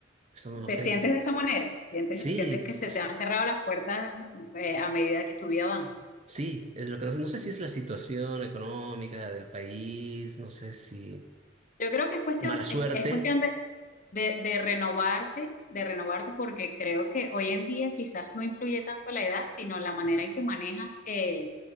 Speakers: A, on the right (about 35°); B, on the left (about 45°).
A: eso no lo
B: ¿Te
A: sé.
B: sientes de esa manera? ¿Sientes,
A: Sí,
B: sientes que se
A: sí,
B: te han cerrado las puertas eh, a medida que tu vida avanza?
A: sí, es lo que no sé. No sé si es la situación económica del país, no sé si
B: Yo creo que es cuestión,
A: mala suerte.
B: es, es cuestión de, de, de renovarte, de renovarte, porque creo que hoy en día quizás no influye tanto la edad, sino la manera en que manejas eh,